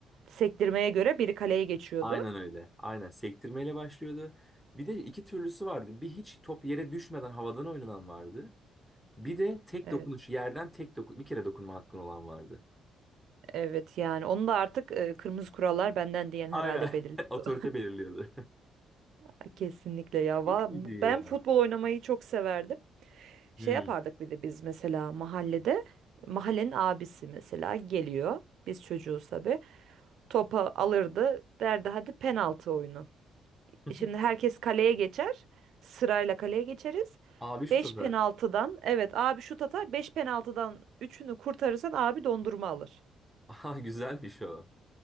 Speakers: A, on the right; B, in the centre.
A: Sektirmeye göre biri kaleye geçiyordu.
B: Aynen öyle. Aynen sektirmeyle başlıyordu. Bir de iki türlüsü vardı. Bir hiç top yere düşmeden havadan oynanan vardı. Bir de tek
A: Evet.
B: dokunuş yerden tek dokun bir kere dokunma hakkın olan vardı.
A: Evet yani onu da artık e, kırmızı kurallar benden diyen
B: Aynen.
A: herhalde belirliyor.
B: <laughs> Otorite belirliyordu.
A: Ay, Kesinlikle
B: <laughs>
A: ya.
B: Çok
A: Va-
B: iyiydi
A: bu-
B: ya.
A: Ben futbol oynamayı çok severdim. Şey
B: Hmm.
A: yapardık bir de biz mesela mahallede mahallenin abisi mesela geliyor. Biz çocuğuz tabii. Topa alırdı derdi hadi penaltı oyunu.
B: <laughs>
A: E Şimdi herkes kaleye geçer. Sırayla kaleye geçeriz.
B: Abi şu
A: 5
B: sefer.
A: penaltıdan evet abi şut atar. 5 penaltıdan üçünü kurtarırsan abi dondurma alır.
B: Aha güzelmiş o.